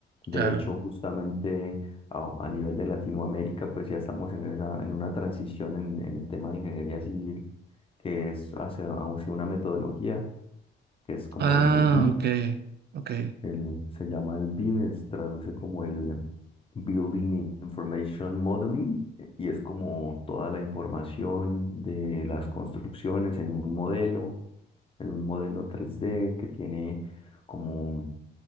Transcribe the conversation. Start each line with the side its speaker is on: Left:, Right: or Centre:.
Left: De
Right: claro.
Left: hecho, justamente a, a nivel de Latinoamérica, pues ya estamos en, esa- en una transición en, en el tema de ingeniería civil, que es hacia, hacia una metodología que es como
Right: Ah,
Left: el, el BIM,
Right: ok, ok.
Left: el, se llama el BIM, es- traduce como el Building Information Modeling, eh, y es como toda la información de las construcciones en un modelo, en un modelo tres d que tiene como,